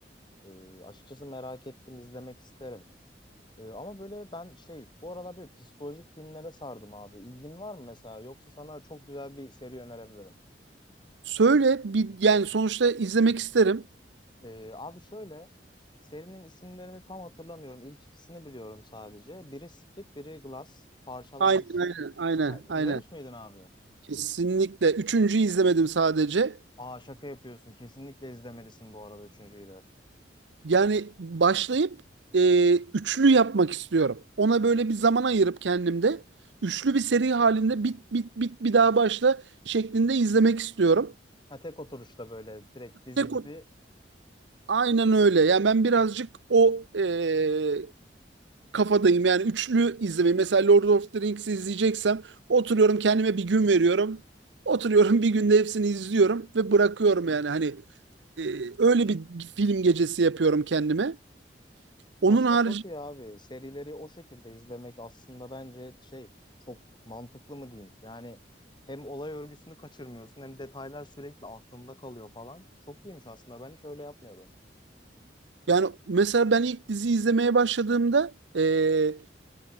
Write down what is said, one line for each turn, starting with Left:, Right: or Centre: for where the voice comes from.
Left: e, açıkçası merak ettim izlemek isterim. E, ama böyle ben şey bu aralar böyle psikolojik filmlere sardım abi. İlgin var mı mesela yoksa sana çok güzel bir seri önerebilirim.
Right: Söyle bir yani sonuçta izlemek isterim.
Left: E, abi şöyle serinin isimlerini tam hatırlamıyorum. İlk ikisini biliyorum sadece. Biri Split biri Glass parçalanmış.
Right: Aynen aynen aynen
Left: Ha, izlemiş
Right: aynen.
Left: miydin abi?
Right: Kesinlikle. Üçüncü izlemedim sadece.
Left: Aa şaka yapıyorsun. Kesinlikle izlemelisin bu arada üçüncüyü de.
Right: Yani başlayıp e, üçlü yapmak istiyorum. Ona böyle bir zaman ayırıp kendimde üçlü bir seri halinde bit bit bit bir daha başla şeklinde izlemek istiyorum.
Left: Ha, tek oturuşta böyle direkt dizi
Right: Tek
Left: gibi.
Right: o- aynen öyle. Yani ben birazcık o e, kafadayım. Yani üçlü izlemeyi. Mesela Lord of the Rings'i izleyeceksem oturuyorum kendime bir gün veriyorum. Oturuyorum bir günde hepsini izliyorum ve bırakıyorum yani. Hani e, öyle bir film gecesi yapıyorum kendime. Onun
Left: Aslında
Right: harici
Left: çok iyi abi. Serileri o şekilde izlemek aslında bence şey çok mantıklı mı diyeyim. Yani hem olay örgüsünü kaçırmıyorsun hem detaylar sürekli aklında kalıyor falan. Çok iyiymiş aslında. Ben hiç öyle yapmıyordum.
Right: Yani mesela ben ilk dizi izlemeye başladığımda eee,